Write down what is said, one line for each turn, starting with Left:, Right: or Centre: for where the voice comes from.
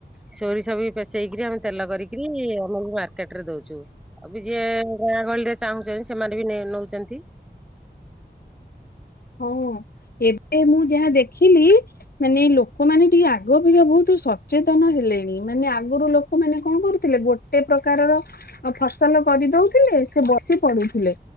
Centre: ସୋରିଷ ବି ପେସେଇକରି ଆମେ ତେଲ କରିକିରି ଆମେ ବି ମାର୍କେଟ ରେ ଦଉଚୁ। ଆଉ ବି ଯିଏ ଗାଁ ଗହଳିରେ ଚାହୁଁଛନ୍ତି ସେମାନେ ବି ନେ-ନଉଛନ୍ତି।
Left: ହଉ ହ ଏବେ ମୁଁ ଯାହା ଦେଖିଲି ମାନେ ଏଇ ଲୋକମାନେ ଟିକେ ଆଗ ଅପେକ୍ଷା ବହୁତ ସଚେତନ ହେଲେଣି ମାନେ ଆଗରୁ ଲୋକମାନେ କଣ କରୁଥିଲେ ଗୋ ଗୋଟେ ପ୍ରକାରର ଅ ଫସଲ କରିଦଉଥିଲେ ସେ ବସି ପଡୁଥିଲେ।